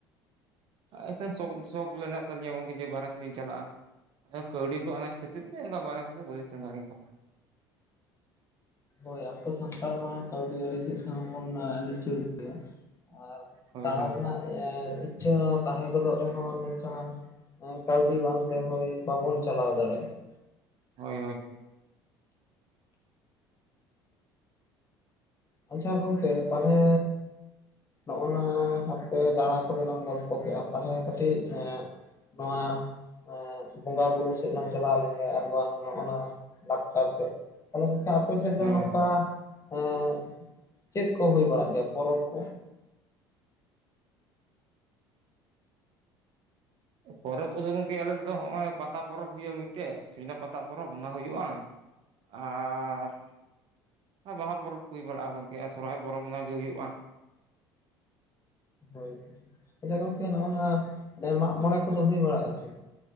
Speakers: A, on the right; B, on the left.
A: ᱟᱥ ᱥᱮ ᱥᱚᱠ ᱥᱚᱠ ᱢᱮᱱᱟᱜ ᱛᱟᱹᱞᱤᱧᱟ ᱜᱚᱝᱠᱮ ᱡᱮ ᱵᱟᱨᱦᱮ ᱥᱮᱫ ᱞᱤᱧ ᱪᱟᱞᱟᱜᱼᱟ ᱠᱟᱹᱣᱰᱤ ᱠᱚ ᱟᱱᱟᱡ ᱠᱷᱟᱹᱛᱤᱨ ᱛᱮ ᱚᱱᱠᱟ ᱵᱟᱨᱦᱮ ᱥᱮᱫ ᱫᱚ ᱵᱟᱹᱞᱤᱧ ᱥᱮᱱ ᱫᱟᱲᱮ ᱠᱟᱣᱫᱟ ᱾
B: ᱦᱳᱭ ᱟᱵᱚ ᱥᱟᱱᱛᱟᱲ ᱢᱟ ᱠᱟᱹᱣᱰᱤ ᱟᱹᱨᱤ ᱥᱮᱫ ᱛᱮᱦᱚᱸ ᱵᱚᱱ ᱞᱤᱪᱟᱨ ᱜᱮᱭᱟ ᱾ ᱟᱨ
A: ᱦᱳᱭ
B: ᱫᱟᱬᱟ
A: ᱦᱳᱭ
B: ᱨᱮᱱᱟᱜ ᱤᱪᱪᱷᱟᱹ ᱛᱟᱦᱮᱸ ᱜᱚᱫᱚᱜ ᱨᱮ ᱦᱚᱸ ᱢᱮᱱ ᱠᱷᱟᱱ, ᱠᱟᱹᱣᱰᱤ ᱵᱟᱝ ᱛᱮ ᱦᱳᱭ ᱵᱟᱵᱚᱱ ᱪᱟᱞᱟᱣ ᱫᱟᱲᱮᱭᱟᱜᱼᱟ ᱾
A: ᱦᱳᱭ ᱦᱳᱭ ᱾
B: ᱟᱪᱪᱷᱟ ᱜᱚᱝᱠᱮ ᱛᱟᱦᱚᱞᱮ, ᱱᱚᱜ ᱱᱟ ᱟᱯᱮ ᱫᱟᱬᱟ ᱠᱚᱫᱚ ᱞᱟᱝ ᱜᱚᱞᱯᱚ ᱠᱮᱜᱼᱟ ᱛᱟᱦᱚᱞᱮ ᱠᱟᱹᱴᱤᱡ ᱮᱸᱼᱼ ᱱᱚᱣᱟᱼᱼ ᱵᱚᱸᱜᱟ ᱵᱩᱨᱩ ᱥᱮᱫ ᱞᱟᱝ ᱪᱟᱞᱟᱣ ᱞᱮᱱ ᱜᱮ ᱟᱨ ᱵᱟᱝ ᱱᱚᱜ ᱱᱟ ᱞᱟᱠᱪᱟᱨ ᱥᱮᱫ ᱾ ᱛᱟᱦᱚᱞᱮ ᱜᱚᱢᱠᱮ ᱟᱯᱮ ᱥᱮᱫ ᱫᱚ
A: ᱦᱳᱭ
B: ᱱᱚᱝᱠᱟ ᱮᱸ ᱪᱮᱫ ᱠᱚ ᱦᱩᱭ ᱵᱟᱲᱟᱜ ᱜᱮᱭᱟ ᱯᱚᱨᱚᱵᱽ ᱠᱚ ᱾
A: ᱯᱚᱨᱚᱵᱽ ᱠᱚᱫᱚ ᱜᱚᱢᱠᱮ ᱟᱞᱮ ᱥᱮᱫ ᱫᱚ ᱦᱚᱸᱜᱼᱚᱭ ᱯᱟᱛᱟ ᱯᱚᱨᱚᱵᱽ ᱦᱩᱭᱩᱜᱼᱟ ᱢᱤᱫᱴᱮᱡ ᱥᱚᱡᱽᱱᱟ ᱯᱟᱛᱟ ᱯᱚᱨᱚᱵᱽ ᱚᱱᱟ ᱦᱩᱭᱩᱜᱼᱟ ᱾ ᱟᱨᱻ ᱵᱟᱦᱟ ᱯᱚᱨᱚᱵᱽ ᱠᱚ ᱦᱩᱭ ᱵᱟᱲᱟᱜᱼᱟ ᱜᱚᱢᱠᱮ ᱟᱨ ᱥᱚᱨᱦᱟᱭ ᱯᱚᱨᱚᱵᱽ ᱚᱱᱟ ᱜᱮ ᱦᱩᱭᱩᱜᱼᱟ ᱾
B: ᱦᱳᱭ ᱟᱪᱪᱷᱟ ᱜᱚᱝᱠᱮ ᱱᱚᱜ ᱱᱟ ᱢᱟᱜ ᱢᱚᱬᱮ ᱠᱚᱫᱚ ᱦᱩᱭ ᱵᱟᱲᱟᱜᱼᱟ ᱥᱮ?